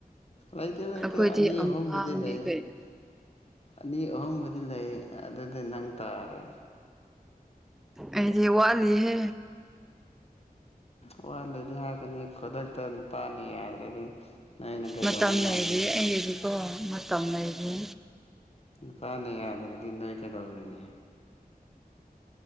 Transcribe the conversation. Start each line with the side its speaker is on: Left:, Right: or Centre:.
Left: ꯂꯩꯇꯦ ꯂꯩꯇꯦ
Centre: ꯑꯩꯈꯣꯏꯗꯤ
Left: ꯑꯅꯤ
Centre: ꯑꯉꯥꯡꯅꯤ
Left: ꯑꯍꯨꯝꯕꯨꯗꯤ ꯂꯩ
Centre: ꯀꯩꯅꯣ
Left: ꯑꯅꯤ ꯑꯍꯨꯝꯕꯨꯗꯤ ꯂꯩ ꯑꯗꯨꯗꯤ ꯅꯪ ꯇꯥꯔꯦ
Centre: ꯑꯩꯗꯤ ꯋꯥꯂꯤꯍꯦ
Left: ꯎ ꯋꯥꯠꯂꯗꯤ ꯍꯥꯏꯀꯅꯤ ꯈꯨꯗꯛꯇ ꯄꯥꯅ ꯌꯥꯗ꯭ꯔꯗꯤ ꯑꯩꯅ ꯀꯩꯗꯧꯕ
Centre: ꯃꯇꯝ
Left: ꯉꯝꯝꯕꯅꯤ
Centre: ꯂꯩꯔꯤ ꯑꯩꯒꯤꯗꯤꯀꯣ ꯃꯇꯝ ꯂꯩꯔꯤ
Left: ꯅꯨꯄꯥꯅ ꯌꯥꯗ꯭ꯔꯗꯤ ꯅꯣꯏ ꯀꯩꯗꯧꯔꯤꯅꯤ